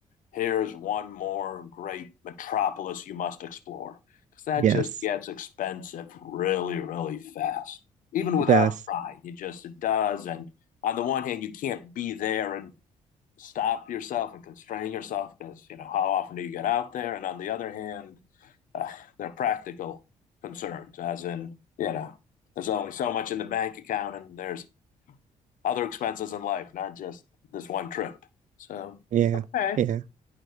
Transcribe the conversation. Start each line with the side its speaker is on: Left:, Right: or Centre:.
Left: here's one more great metropolis you must explore. Because that
Right: Yes,
Left: just gets expensive really, really fast, even without
Right: it does.
Left: trying. It just it does. And on the one hand, you can't be there and stop yourself and constrain yourself because you know how often do you get out there? And on the other hand, uh, they're practical concerns, as in, you know, there's only so much in the bank account and there's other expenses in life, not just this one trip. So,
Right: Yeah.
Left: okay.
Right: Yeah.